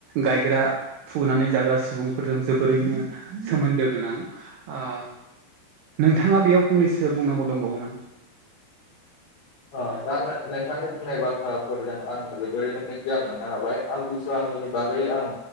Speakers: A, on the right; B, on the left.
A: गायग्रा फुनानै जाग्रा सुबुंफोरजों जोबोरैनो सोमोन्दो गोनां। ओ नोंथाङा बेयाव फंनैसो बुंनांगौ दंबावो नामा?
B: <inaudible> दा नोंथांनि बुंनाय बाथ्राफोरजों आं जोबोरैनो गियान मोननो हाबाय आमथिसुवानि बागै आं